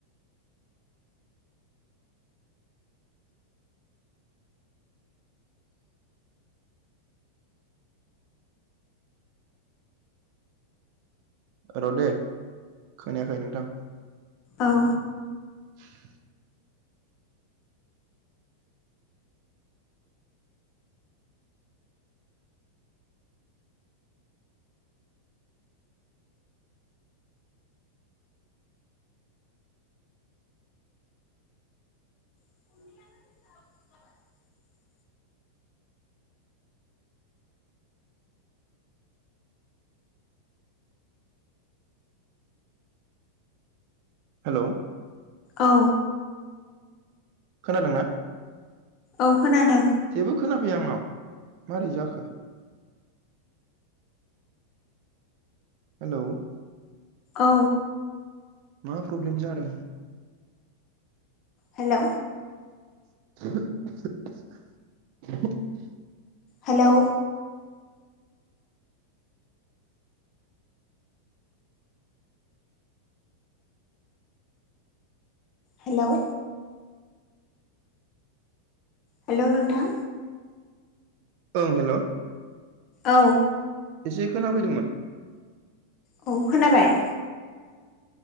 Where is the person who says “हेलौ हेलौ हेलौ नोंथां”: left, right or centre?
Left